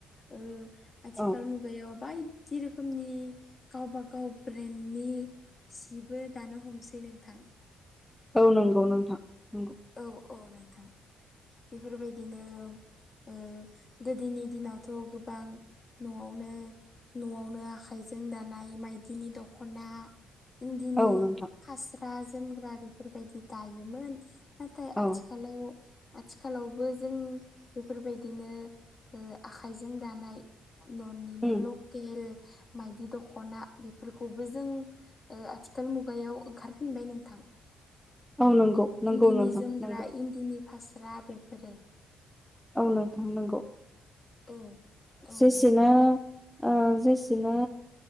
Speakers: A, on the left (about 35°); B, in the centre.
A: ओ-आथिखाल
B: औ
A: मु गायाव बायदि रोखोमनि गावब गाव ब्रेन्डनि। जिबो दानो हमसै नोंथां।
B: औ नंगौ नोंथां नंगौ।
A: औ औ नोंथां बेफोरबायदिनो ओ-गोदोनि दिनावथ' गोबां न'आवनो न'आवनो आखाइजों दानाय माइदिनि दख'ना। इन्दिनि
B: औ नोंथां
A: हास्रा जोमग्रा बेफोरबायदि दायोमोन। नाथाय आथिखालाव।
B: औ
A: आथिखालावबो जों बेफोरबायदिनो ओ- आखाइजों दानाय। न'निनो
B: उम
A: लकेल मायदि दख'ना बेफोरखौबो जों ओ-आथिखाल मुगायाव ओंखारफिनबाय नोंथां।
B: औ नंगौ। नंगौ
A: दिनि
B: नोंथां
A: जोमग्रा
B: नंगौ
A: इन्दिनि फास्रा बेफोरो।
B: औ नोथां नांगौ।
A: औ औ
B: जेसेनो
A: नोंथां
B: ओ-जेसेनो